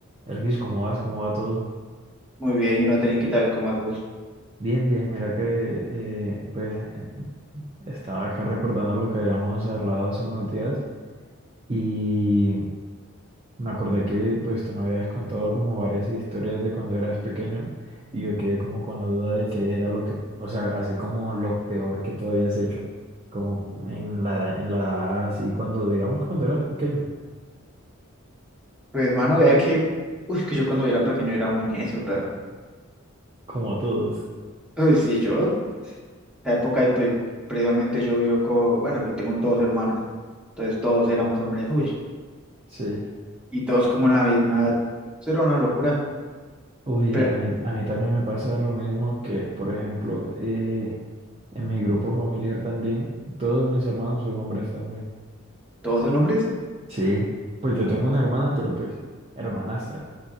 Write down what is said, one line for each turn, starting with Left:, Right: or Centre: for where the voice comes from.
Right: Elvis, ¿cómo vas? ¿Cómo va todo?
Centre: Muy bien, yo no tenía que tal como vos.
Right: Bien, bien, mira que eh, pues eh, estaba acá recordando lo que habíamos hablado hace unos días y me acordé que pues tú me habías contado como varias historias de cuando eras pequeño y yo quedé como con la duda de qué era lo que, o sea, así como lo peor que tú habías hecho, como en la, en la edad así cuando, digamos, cuando eras pequeño,
Centre: Pues, mano, vea que, uy, que yo cuando era pequeño era muy necio, pero,
Right: como todos.
Centre: <laughs> uy, sí, yo, la época, y pues, previamente yo vivo con, bueno, yo tengo dos hermanos, entonces todos éramos hombres, uy,
Right: Sí.
Centre: y todos como en la misma edad, eso era una locura,
Right: Uy,
Centre: pero,
Right: a mí, a mí también me pasa lo mismo que, por ejemplo, eh, En mi grupo familiar también, todos mis hermanos son hombres también.
Centre: ¿todos son hombres?
Right: Sí, Pues yo tengo una hermana, pero pues hermanastra.